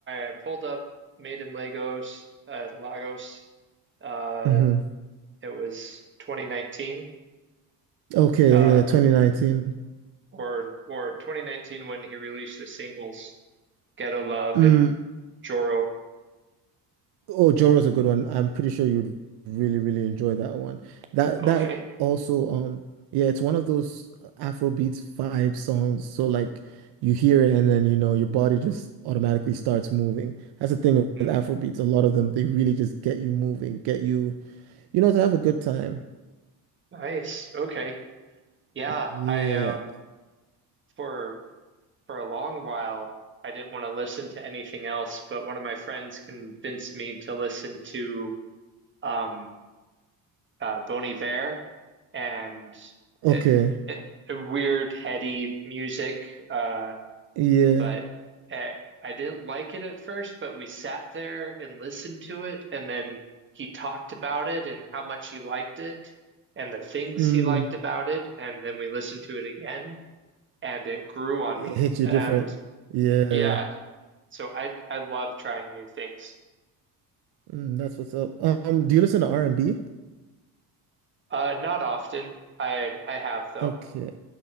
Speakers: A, on the right; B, on the right.
A: I pulled up Made in Legos uh Lagos. Uh
B: Mhm.
A: it was 2019
B: Okay,
A: uh
B: yeah, 2019.
A: or or 2019 when he released the singles Ghetto Love
B: Mm,
A: and Joro.
B: Oh, Joro's a good one. I'm pretty sure you'd really, really enjoy that one. That
A: Okay.
B: that also, um, yeah, it's one of those Afrobeats vibe songs. So like you hear it and then you know your body just automatically starts moving. That's the thing with
A: Mm-hmm.
B: Afrobeats. A lot of them, they really just get you moving, get you, you know, to have a good time.
A: Nice. Okay. Yeah,
B: Y- Yeah.
A: I um for for a long while I didn't want to listen to anything else, but one of my friends convinced me to listen to um uh Bon Iver and
B: Okay.
A: it, it, weird heady music uh
B: Yeah.
A: but eh, I didn't like it at first, but we sat there and listened to it and then he talked about it and how much he liked it and the things
B: Mm.
A: he liked about it and then we listened to it again and it grew on
B: It
A: me.
B: hits you
A: And
B: different. Yeah.
A: yeah, so I I love trying new things.
B: Mm, that's what's up. Um, do you listen to R&B?
A: Uh, not often. I I have though.
B: Okay.